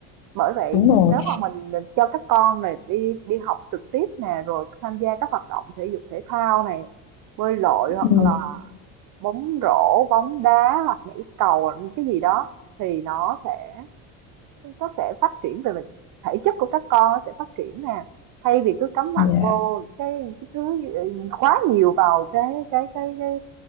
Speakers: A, on the right; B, on the left.
A: Bởi vậy
B: đúng rồi
A: nếu mà mình cho các con này đi đi học trực tiếp nè, rồi tham gia các hoạt động thể dục thể thao này, bơi lội
B: ừ,
A: hoặc là bóng rổ, bóng đá hoặc nhảy cầu cái gì đó thì nó sẽ nó sẽ phát triển về mặt thể chất của các con nó sẽ phát triển nè thay vì cứ cắm mặt
B: dạ.
A: vô cái, cái thứ quá nhiều vào cái cái cái cái